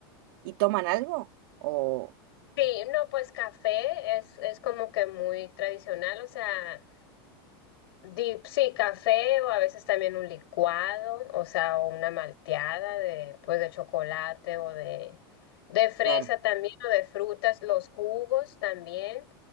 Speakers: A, on the right; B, on the left.
A: ¿Y toman algo? O,
B: Sí, no, pues café es, es como que muy tradicional, o sea... Di- Sí, café o a veces también un licuado, o sea, o una malteada de, pues, de chocolate o de, de fresa
A: claro,
B: también o de frutas, los jugos también,